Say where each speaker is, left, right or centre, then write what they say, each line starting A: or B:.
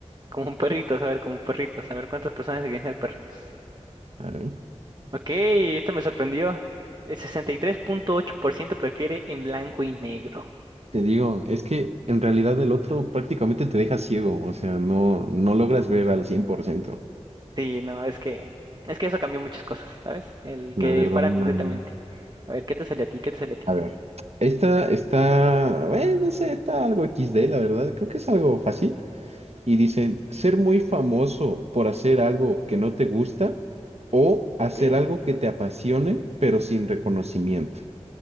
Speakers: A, on the right; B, on the right.
A: Como un perrito, a ver, como un perrito, a ver cuántas personas quieren ser perritos.
B: Claro.
A: Ok, esto me sorprendió. El 63.8% prefiere en blanco y negro.
B: Te digo, es que en realidad el otro prácticamente te deja ciego, o sea, no, no logras ver al 100%.
A: Sí, no, es que es que eso cambió muchas cosas, ¿sabes? El
B: La
A: que
B: verdad,
A: para
B: no.
A: completamente. A ver, ¿qué te sale a ti? ¿Qué te sale a ti?
B: A ver. Esta está, bueno, no sé, está algo XD, la verdad. Creo que es algo fácil. y dicen, ser muy famoso por hacer algo que no te gusta o hacer
A: Ok.
B: algo que te apasione, pero sin reconocimiento.